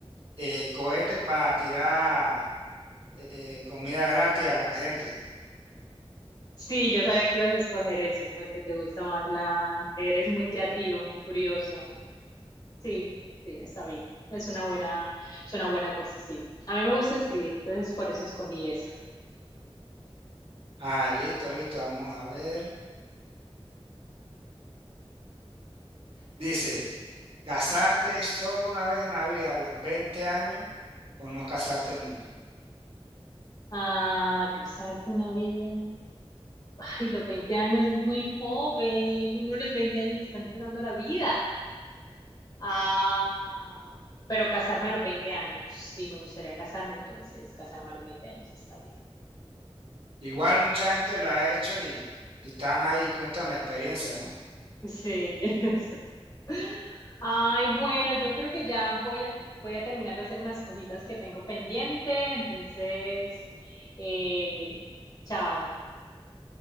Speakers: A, on the right; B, on the left.
A: eh, cohetes para tirar eh, comida gratis a la gente.
B: Sí, yo sabía que ibas a escoger eso, porque te gusta más la... Eres muy creativo, muy curioso. Sí, sí, está bien. Es una buena, es una buena cosa, sí. A mí me gusta escribir, entonces por eso escogí eso.
A: Ah, listo, listo, vamos a ver. Dice, ¿casarte solo una vez en la vida a los 20 años o no casarte nunca?
B: Ah, casarte una vida. Ay, los 20 años es muy joven. Uno de los 20 años está empezando la vida. Ah, pero casarme a los 20 años, sí, me gustaría casarme, entonces casarme a los 20 años está bien.
A: Igual mucha gente lo ha hecho y, y están ahí, cuentan la experiencia, ¿no?
B: Sí. <laughs> exacto. Ay, bueno, yo creo que ya voy a, voy a terminar de hacer unas cositas que tengo pendiente, entonces, eh, chao.